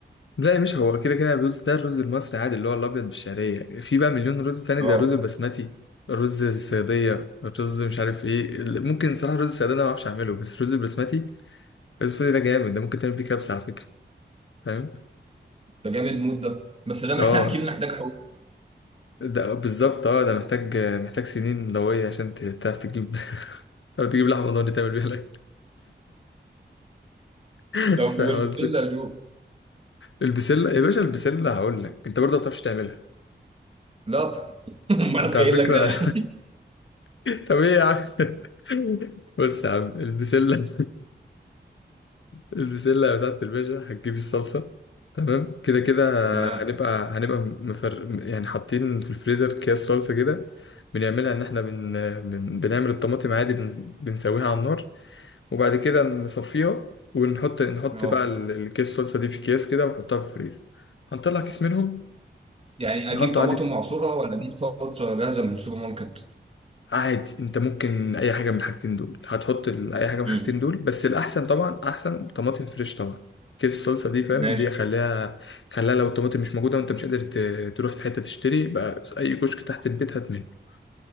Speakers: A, on the left; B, on the right.
A: لا يا باشا هو كده كده الرز ده الرز المصري عادي اللي هو الابيض بالشعريه في بقى مليون رز تاني
B: اه
A: زي الرز البسمتي الرز الصياديه الرز مش عارف ايه ال- ممكن صراحه الرز الصياديه ده ما بعرفش اعمله بس الرز البسمتي الرز البسمتي ده جامد ده ممكن تعمل بيه كبسه على فكره فاهم
B: ده جامد مود ده بس ده
A: اه
B: <laughs> اكيد محتاج حوار
A: ده بالظبط اه ده محتاج محتاج سنين لويه عشان ت- تعرف تجيب <laughs> تعرف تجيب لحمه ضاني تعمل بيها الاكل <laughs>
B: طب
A: فاهم
B: والبسله
A: قصدي
B: يا جو
A: البسله يا باشا البسله هقول لك انت برضه ما بتعرفش تعملها
B: لا طيب. <laughs> امال
A: انت
B: أنا
A: على
B: جاي
A: فكره
B: لك ده يا جو
A: <laughs> طب ايه يا عم <laughs> بص يا عم البسله البسلة بتاعت الباشا هتجيبي الصلصة تمام كده كده
B: تمام
A: هنبقى هنبقى مفر يعني حاطين في الفريزر اكياس صلصة كده بنعملها إن إحنا بن... بن... بنعمل الطماطم عادي بن... بنسويها على النار وبعد كده نصفيها ونحط نحط
B: اه
A: بقى ال- الكيس الصلصة دي في أكياس كده ونحطها في الفريزر هنطلع كيس منهم
B: يعني
A: نحطه
B: اجيب طماطم
A: عادي
B: معصوره ولا اجيب صلصه جاهزه من السوبر ماركت
A: عادي انت ممكن اي حاجه من الحاجتين دول هتحط ال- اي حاجه
B: مم.
A: من الحاجتين دول بس الاحسن طبعا احسن طماطم فريش طبعا كيس الصلصه دي فاهم
B: ماشي
A: دي خليها خليها لو الطماطم مش موجوده وانت مش قادر ت- تروح في حته تشتري بقى اي كشك تحت البيت هات منه